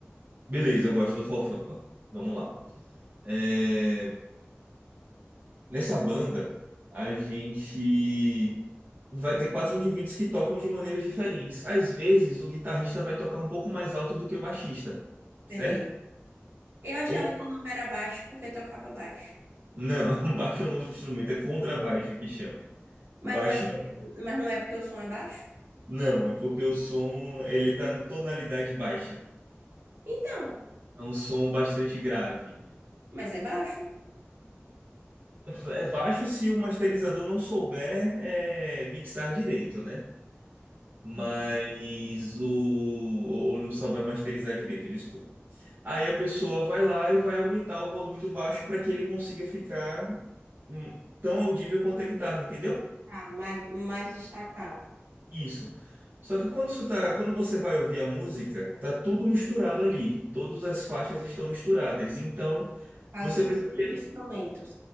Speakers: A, on the right; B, on the right.
A: Beleza, eu gosto do Forfã. Vamos lá. É, Nessa banda, a gente vai ter quatro indivíduos que tocam de maneiras diferentes. Às vezes, o guitarrista vai tocar um pouco mais alto do que o baixista,
B: beleza.
A: certo?
B: Eu achava
A: Ou
B: que o nome era baixo porque tocava baixo.
A: não, <laughs> baixo é o nome do instrumento, é contrabaixo que chama.
B: Mas
A: Baixo
B: não é, mas não é porque o som é baixo?
A: não, é porque o som ele tá na tonalidade baixa.
B: Então,
A: É um som bastante grave.
B: mas é baixo.
A: É, é baixo se o masterizador não souber é, mixar direito, né? mas
B: Hum.
A: o ou ou não souber masterizar direito, desculpa. Aí a pessoa vai lá e vai aumentar o volume do baixo para que ele consiga ficar hum, tão audível quanto a guitarra, entendeu?
B: Tá, mais, mais destacado.
A: Isso. Só que quando isso tá, quando você vai ouvir a música, tá tudo misturado ali. Todas as faixas estão misturadas. Então,
B: Quase
A: você
B: todos
A: precisa
B: os
A: ter um-
B: instrumentos.